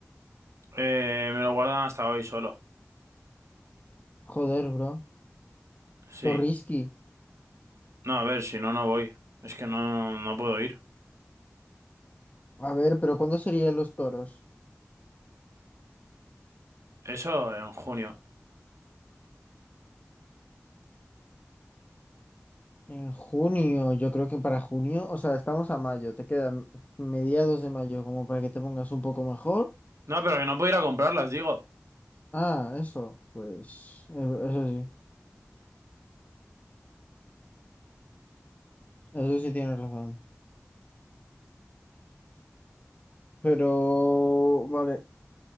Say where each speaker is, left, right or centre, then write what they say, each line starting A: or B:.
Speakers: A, on the right; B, on the left.
A: Eh, me lo guardan hasta hoy solo.
B: Joder, bro.
A: Sí.
B: Zorrisky.
A: No, a ver, si no, no voy. Es que no, no puedo ir.
B: A ver, pero ¿cuándo serían los toros?
A: Eso en junio.
B: En junio, yo creo que para junio, o sea, estamos a mayo, te quedan mediados de mayo como para que te pongas un poco mejor.
A: No, pero que no puedo ir a comprarlas, digo.
B: Ah, eso, pues, eh, eso sí, eso sí tienes razón. Pero, vale,